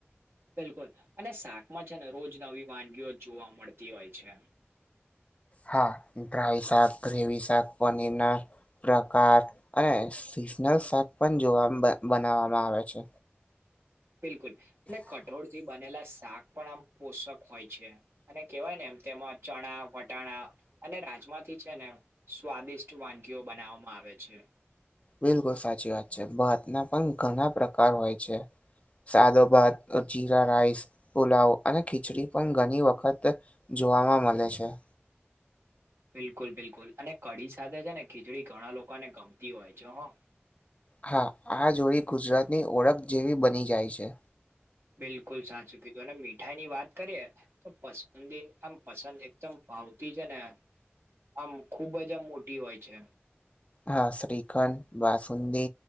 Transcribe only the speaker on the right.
બિલકુલ અને શાકમાં છે ને રોજ નવી વાનગીઓ જ જોવા મળતી હોય છે.
બિલકુલ લે કઠોળ થી બનેલા શાક પણ આમ પોષક હોય છે. અને કેવાય ને એમ તેમાં ચણા વટાણા અને રાજમાથી છે ને સ્વાદિષ્ટ વાનગીઓ બનાવવામાં આવે છે.
બિલકુલ બિલકુલ અને કડી સાથે છે ને ખીચડી ઘણા લોકાને ગમતી હોય છે હો
બિલકુલ સાચું કીધું અને મીઠાઈની વાત કરીએ તો પસ બાસુંદી આમ પસંદ એકદમ ભાવતી છે ને આમ ખુબ જ આમ મોટી હોય છે.